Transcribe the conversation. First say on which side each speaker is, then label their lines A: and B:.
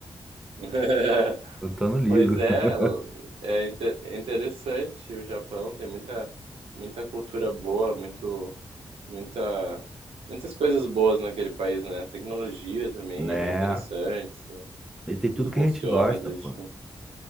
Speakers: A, on the right; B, in the centre.
A: <laughs>
B: Então eu não ligo,
A: Pois é,
B: <laughs>
A: é inte- é interessante o Japão, tem muita, muita cultura boa, muito, muita, muitas coisas boas naquele país, né? Tecnologia também
B: né?
A: é bem interessante,
B: E tem tudo
A: tudo
B: que
A: funciona
B: a gente gosta,
A: direitinho.
B: pô.